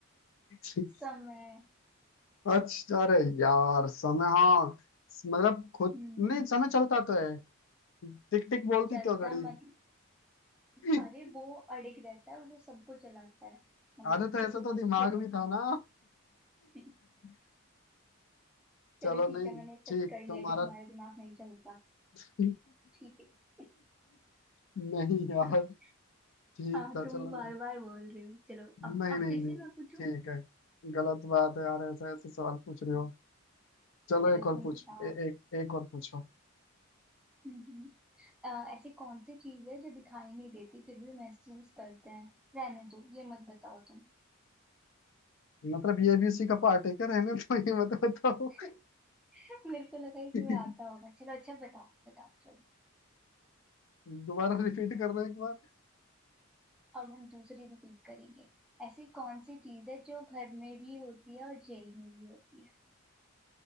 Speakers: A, on the left; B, in the centre.
A: <laughs>
B: समय
A: अच्छा अरे यार समय हाँ मतलब खुद
B: हम्म
A: नहीं समय चलता तो है टिक टिक बोलती
B: चलता
A: तो घड़ी
B: मतलब
A: <laughs>
B: अरे वो अड़िग रहता है वो सबको चलाता है मतलब
A: आधा
B: वो
A: तो ऐसा
B: खुद
A: तो दिमाग
B: स्थिर है
A: भी था ना
B: ठीक।
A: <laughs> चलो
B: चलो ठीक
A: नहीं
B: है मैंने एक्सेप्ट
A: ठीक
B: कर
A: तुम्हारा
B: लिया कि तुम्हारा दिमाग नहीं चलता
A: <laughs>
B: ठीक है
A: नहीं यार
B: <laughs>
A: ठीक
B: हाँ
A: था
B: तुम
A: चलो
B: बार बार बोल रहे हो चलो
A: नहीं
B: अब अब
A: नहीं
B: फिर से
A: नहीं
B: मैं पूछूं
A: ठीक है गलत बात है यार ऐसा ऐसा सवाल पूछ रहे हो चलो
B: चलो
A: एक और
B: तुम
A: पूछ
B: बताओ
A: ए, एक एक और पूछो
B: हम्म हम्म। अ, ऐसी कौन सी चीज है जो दिखाई नहीं देती फिर भी महसूस करते हैं रहने दो ये मत बताओ तुम
A: मतलब ये भी उसी का पार्ट है क्या रहने तो ये मत बताओ
B: <laughs> मेरे को लगा कि
A: <laughs>
B: तुम्हें आता होगा चलो अच्छा बताओ बताओ चलो
A: दोबारा रिपीट करना एक बार
B: और हम दूसरी रिपीट करेंगे ऐसी कौन सी चीज है जो घर में भी होती है और जेल में भी होती है